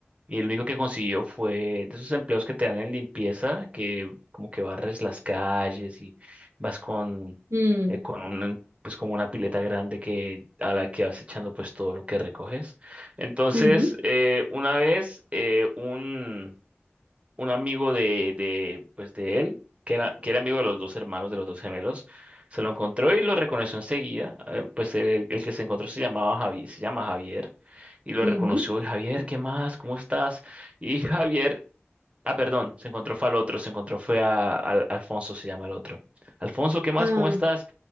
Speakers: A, on the right; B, on the right.
A: y lo único que consiguió fue de esos empleos que te dan en limpieza, que como que barres las calles y vas con,
B: mm,
A: eh, con un, pues como una pileta grande que, a la que vas echando pues todo lo que recoges. Entonces,
B: ujú,
A: eh, una vez eh, un un amigo de, de, pues de él, que era, que era amigo de los dos hermanos, de los dos gemelos, se lo encontró y lo reconoció enseguida. Eh, pues el, el que se encontró se llamaba Javier, se llama Javier, y lo
B: ujú.
A: reconoció. Y Javier, ¿qué más? ¿Cómo estás? Y <laughs> Javier, ah, perdón, se encontró fue al otro, se encontró fue a, al- Alfonso, se llama el otro. Alfonso, ¿qué más?
B: Ah,
A: ¿Cómo estás?